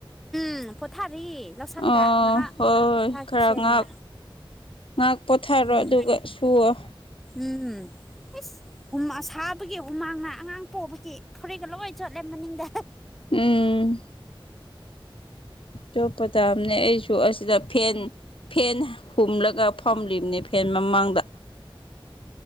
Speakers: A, in the centre; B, on the left.
A: ꯎꯝ ꯄꯣꯊꯥꯔꯤ ꯂꯧꯁꯪꯗ
B: ꯑꯣ
A: ꯉꯥꯏꯍꯥꯛꯣ
B: ꯍꯣꯏ ꯍꯣꯏ
A: ꯊꯥꯈꯤꯁꯦꯅ
B: ꯈꯔ ꯉꯥꯛ ꯉꯥꯛ ꯄꯣꯊꯥꯔꯣ
A: ꯎꯝ
B: ꯑꯗꯨꯒ ꯁꯨꯋꯣ
A: ꯎꯝꯝ ꯏꯁꯁ ꯁꯥꯕꯒꯤ ꯍꯨꯃꯥꯡꯅ ꯑꯉꯥꯡ ꯄꯣꯛꯕꯒꯤ ꯐꯨꯔꯤꯒ ꯂꯣꯏ ꯆꯣꯠꯂꯦ ꯃꯅꯤꯡꯗ
B: ꯎꯝ ꯇ ꯄꯊ ꯑꯅꯦ ꯑꯩ ꯁꯨ ꯑꯁꯤꯗ ꯐꯦꯟ ꯐꯦꯟ ꯍꯨꯝꯂꯒ ꯐꯝꯂꯤꯕꯅꯦ ꯐꯦꯟ ꯃꯃꯥꯡꯗ <inaudible>